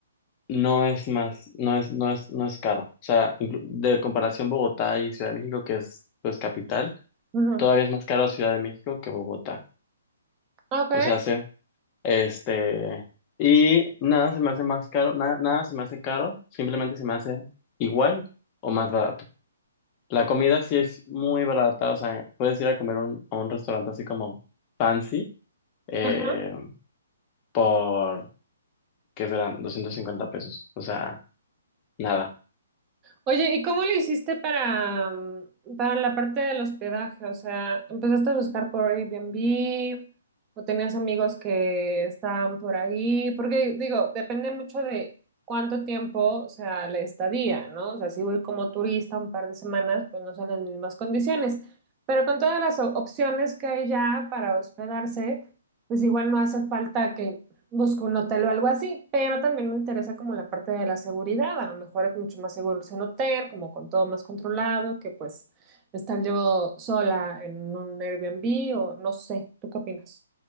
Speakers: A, on the left; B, on the right.
A: no es más, no es, no es, no es caro. O sea, inclu- de comparación Bogotá y Ciudad de México, que es pues capital,
B: ujú.
A: todavía es más caro Ciudad de México que Bogotá.
B: Ok.
A: O sea, sí. Este, y nada se me hace más caro, nada, nada se me hace caro, simplemente se me hace igual o más barato. La comida sí es muy barata, o sea, puedes ir a comer un- a un restaurante así como fancy eh,
B: Ajá.
A: por, ¿qué serán? doscientos cincuenta pesos, o sea, nada.
B: Oye, ¿y cómo le hiciste para, mm, para la parte del hospedaje? O sea, ¿empezaste a buscar por Airbnb o tenías amigos que estaban por ahí? Porque digo, depende mucho de cuánto tiempo, o sea, la estadía, ¿no? O sea, si voy como turista un par de semanas, pues no son las mismas condiciones. Pero con todas las o- opciones que hay ya para hospedarse, pues igual no hace falta que busco un hotel o algo así, pero también me interesa como la parte de la seguridad, a lo mejor es mucho más seguro irse a un hotel, como con todo más controlado, que pues estar yo sola en un Airbnb o no sé, ¿tú qué opinas?